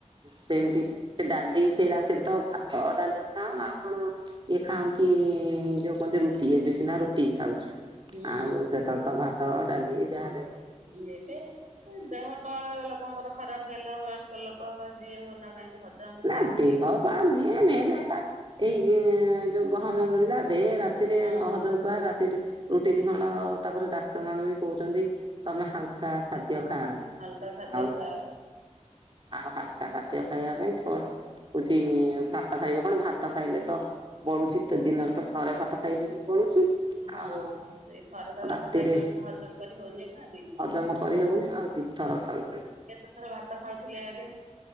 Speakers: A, on the right; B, on the right.
A: ସେମିତି ସେ ଡାଲି ସେ ରାତିରେ ତ ଭାତ ଡାଲି ଖାଉଁ ଆଉ କଣ ଇଏ ଖାଉଁ କି ଯୋଉ କୁହନ୍ତି ରୁଟି ଏବେ ସିନା ରୁଟି ଖାଉଛୁ
B: ହୁଁ।
A: ଆଉ ସେତେବେଳେ ତ ଭାତ ଡାଲି ଯାହାହେଲେ
B: ହୁଁ ଏବେ ଦେହପାହା ଲୋକଙ୍କର ଖରାପ ହେଲା ବୟସ୍କ ଲୋକ ବା ଯିଏ ହଉନା କାହିଁକି ହଜମ
A: ନା
B: ଆଉ
A: ଦେହପା
B: ହେଲାନି।
A: ନୁହେଁ ମେନ ହେଲା ଏଇ ଯୋଉ ଗହମ ମିଳିଲା ଦେ ରାତିରେ
B: ହଁ
A: ସହଜ ଉ ଉପାୟ ରାତିରେ ରୁଟି ଦି ଖଣ୍ଡ ତାପରେ ଡାକ୍ତର ମାନେ ବି କହୁଚନ୍ତି ତମେ ହାଲକା ଖାଦ୍ୟ
B: ହଁ
A: ଖା
B: ହାଲକା ଖାଦ୍ୟ
A: ଆଉ
B: ଖାଅ
A: ଆଉ ହାଲକା ଖାଦ୍ୟ ଖାଇବା ପାଇଁ କଣ ହୋହୁଚି ଭାତ ଖାଇବେ କଣ ଭାତ ଖାଇଲେ ତ ବଳୁଚି ତ ଦିନରେ ତ ଥରେ ଭାତ ଖାଇଦେଲେ ବଳୁଚି
B: ହଁ
A: ଆଉ
B: ସେଇ ଥରେ ତ ଭାତ
A: ରାତିରେ
B: ଖାଇକି ମଣିଷ ହଜମ କରି ହଉନି ନା ଦିଥର
A: ହଜମ
B: ଖାଇବ।
A: କରିହଉନି ଆଉ ଦିଥର ଖାଉଚନ୍ତି।
B: କେତେଥର ଭାତ ଖାଉଥିଲେ ଆଗେ?